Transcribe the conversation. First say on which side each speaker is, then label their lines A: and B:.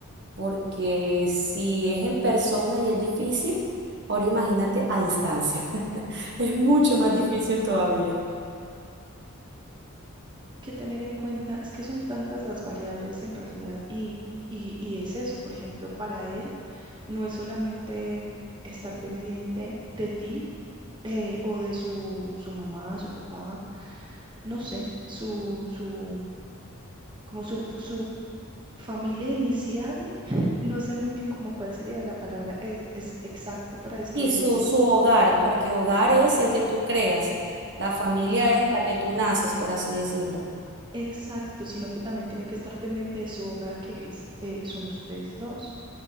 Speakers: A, on the right; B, on the right.
A: porque si es en persona y es difícil, ahora imagínate a distancia, <laughs> es mucho
B: Uf,
A: más difícil todavía.
B: y que tener en cuenta es que son tantas las variables en realidad y, y, y es eso, por ejemplo, para él no es solamente estar pendiente de ti eh, o de su, su mamá, su papá, no sé, su, su, como su, su familia inicial, <laughs> no sé muy bien como cuál sería la palabra ex- es exacta para describir
A: Y su,
B: esto.
A: su hogar, porque hogar es el que tú creas, la familia
B: Ajá.
A: es la que tú naces, por así decirlo.
B: Exacto, sino que también tiene que estar pendiente de su hogar, que es, eh, son ustedes dos.